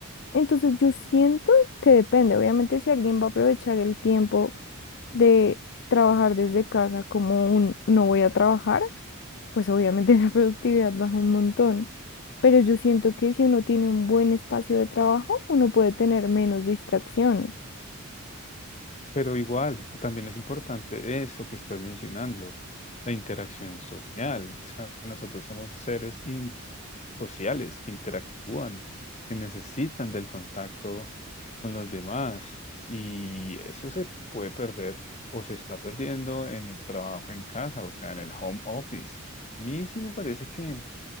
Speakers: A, on the left; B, on the left.
A: Entonces yo siento que depende, obviamente si alguien va a aprovechar el tiempo de trabajar desde casa como un no voy a trabajar, pues obviamente <laughs> la productividad baja un montón. Pero yo siento que si uno tiene un buen espacio de trabajo, uno puede tener menos distracciones.
B: Pero igual, también es importante eso que estás mencionando, la interacción social. O sea, nosotros somos seres in- sociales que interactúan, que necesitan del contacto con los demás. Y eso se puede perder o se está perdiendo en el trabajo en casa, o sea, en el home office. A mí sí me parece que